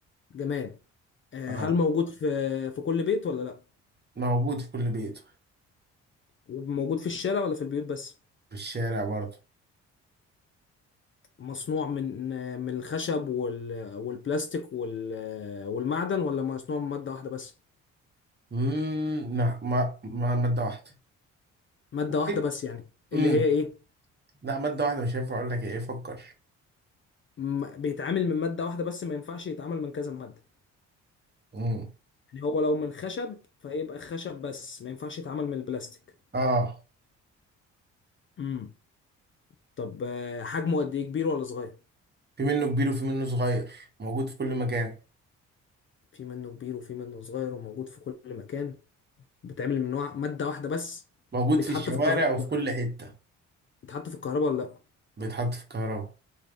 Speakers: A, on the left (about 35°); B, on the right (about 30°).
A: جماد آه
B: اه
A: هل موجود في في كل بيت ولا لأ؟
B: موجود في كل بيت
A: وموجود في الشارع ولا في البيوت بس؟
B: في الشارع برضه
A: مصنوع من آه، من الخشب وال والبلاستيك وال آه، والمعدن ولا مصنوع من مادة واحدة بس؟
B: امم لا ما ما مادة واحدة
A: مادة
B: ممكن
A: واحدة بس يعني اللي
B: امم
A: هي إيه؟
B: لا مادة واحدة مش هينفع اقول لك ايه فكر
A: م- بيتعامل من مادة واحدة بس ما ينفعش يتعامل من كذا مادة
B: امم
A: يعني هو لو من خشب فيبقى خشب بس ما ينفعش يتعامل من البلاستيك
B: اه
A: امم طب آه، حجمه قد ايه كبير ولا صغير
B: في منه كبير وفي منه صغير موجود في كل مكان
A: في منه كبير وفي منه صغير وموجود في كل مكان بيتعمل من نوع مادة واحدة بس
B: موجود
A: بيتحط
B: في الشوارع
A: في الكهرباء
B: وفي
A: ولا
B: كل
A: لا
B: حتة
A: بيتحط في الكهرباء ولا لا
B: بيتحط في الكهرباء